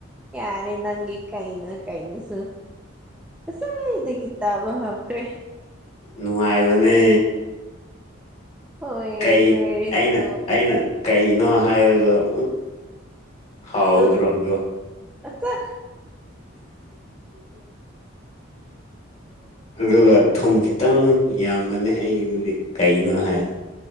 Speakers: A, in the centre; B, on the left (about 35°).
A: ꯌꯥꯔꯦ ꯅꯪꯒꯤ ꯀꯥꯏꯅ ꯀꯩꯅꯣꯁꯨ ꯁꯋꯥꯗꯒꯤ ꯇꯥꯕ ꯍꯧꯈ꯭ꯔꯦ
B: ꯅꯨꯡꯉꯥꯏꯕꯅꯦ
A: ꯍꯣꯏ
B: ꯀꯩ
A: ꯑꯗꯨ ꯑꯣꯏꯔꯁꯨ
B: ꯑꯩꯅ ꯑꯩꯅ ꯀꯩꯅꯣ <unintelligible> ꯍꯥꯎꯗ꯭ꯔꯣ
A: ꯑ
B: ꯑꯗꯨ
A: ꯑꯆꯥ
B: ꯑꯗꯨ ꯊꯨꯝ ꯈꯤꯇꯪ ꯌꯥꯝꯕꯥꯅꯤ ꯑꯩꯗꯤ ꯀꯩꯅꯣ ꯍꯥꯏ